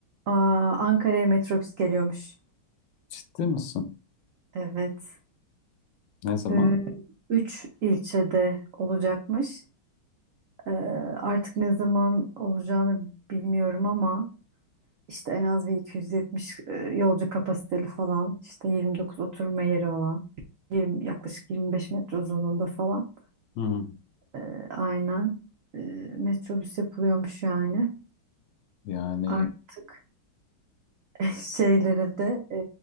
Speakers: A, on the right; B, on the left.
A: Aa, Ankara'ya metrobüs geliyormuş.
B: Ciddi misin?
A: Evet.
B: Ne zaman?
A: Ee, üç ilçede olacakmış. Ee, artık ne zaman olacağını bilmiyorum ama işte en az bir 270 e, yolcu kapasiteli falan. işte 29 oturma yeri olan. 20, yaklaşık 25 metre uzunluğunda falan.
B: Hı.
A: Ee, aynen. Ee, metrobüs yapılıyormuş yani.
B: Yani
A: Artık
B: Evet.
A: <laughs> şeylere de e,